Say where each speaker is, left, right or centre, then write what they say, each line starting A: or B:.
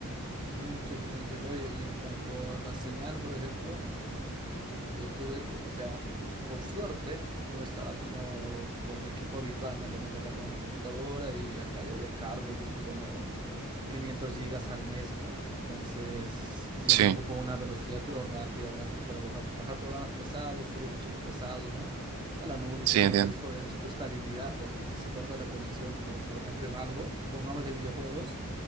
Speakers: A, on the right (about 20°); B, on the right (about 80°).
A: Mm, sí, sí, sí, entiendo. Oye, y en cuanto a la señal, por ejemplo, Yo tuve, co- o sea, por suerte no estaba como con mi equipo habitual, ¿no? Por ejemplo, acá tengo mi computadora y acá yo descargo y uso como 500 gigas al mes, ¿no? Entonces, si- siempre
B: Sí,
A: ocupo una velocidad, pero rápida, rápida para bajar, bajar programas pesados, subir archivos pesados, ¿no? A la nube y
B: sí,
A: todo
B: entiendo.
A: eso. Necesito estabilidad porque si se corta la conexión, por, por ejemplo, en algo, pongámosle videojuegos.